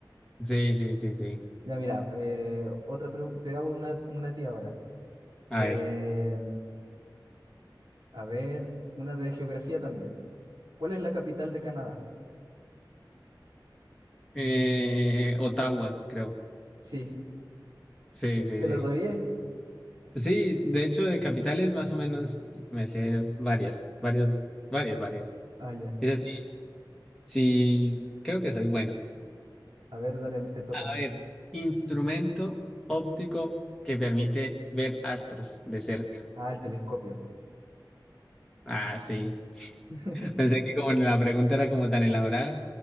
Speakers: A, in the centre; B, on the right (about 75°).
A: Sí, sí, sí, sí.
B: Ya, mira, eh, otra pregu- te hago una, una tía ahora.
A: A
B: Em,
A: ver.
B: a ver, una de geografía también. ¿Cuál es la capital de Canadá?
A: Eh, Ottawa, creo.
B: Sí,
A: Sí, sí,
B: ¿te lo
A: sí.
B: sabías?
A: Sí, de hecho, de capitales más o menos me sé varias, varias, varias, varias.
B: Ah, ya.
A: Es así. Sí, creo que soy bueno.
B: A ver, dale, te toca
A: A
B: entonces.
A: ver, instrumento óptico que permite ver astros de cerca.
B: Ah, el telescopio.
A: Ah, sí.
B: <laughs>
A: Pensé que como la pregunta era como tan elaborada,